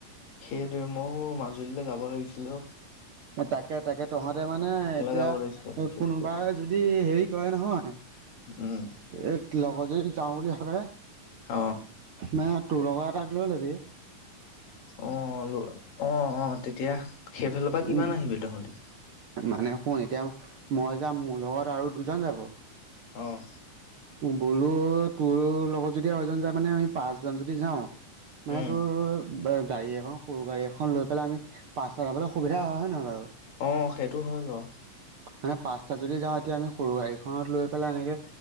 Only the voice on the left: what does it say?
সেইটোৱে। মও বোলো মাজুলীলে যাব লাগিছিলে অও।
যাব লাগিছিলে বিশেষকে
উম,
অঁ।
অঁ, ল অঁ, অঁ তেতিয়া সেইফালৰ পৰা কিমান
আহিবি তহঁতি?
অঁ।
উম।
অঁ সেইটো হয় বাৰু।